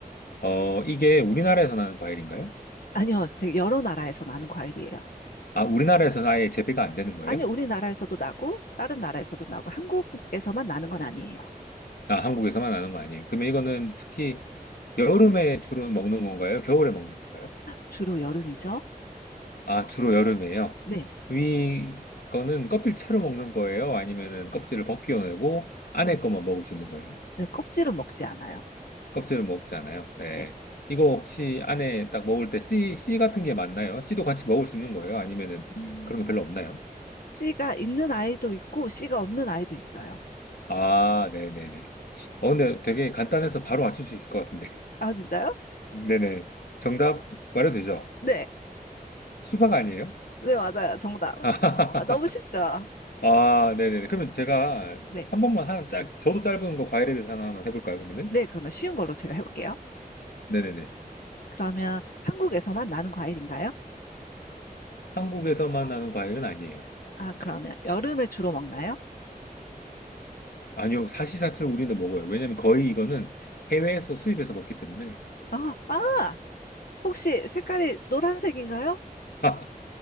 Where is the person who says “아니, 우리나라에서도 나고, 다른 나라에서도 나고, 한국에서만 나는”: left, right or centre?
Left